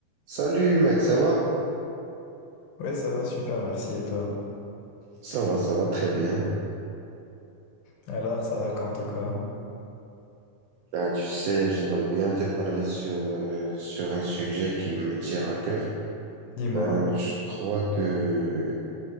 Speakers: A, on the right (about 80°); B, on the left (about 85°).
A: Salut mec, ça va?
B: Ouais, ça va super, merci. Et toi?
A: Ça va, ça va très bien.
B: Alors, ça raconte quoi?
A: Ben, tu sais, j'aimerais bien te parler sur, euh, sur un sujet qui me tient à cœur.
B: Dis-moi.
A: Ben, je crois que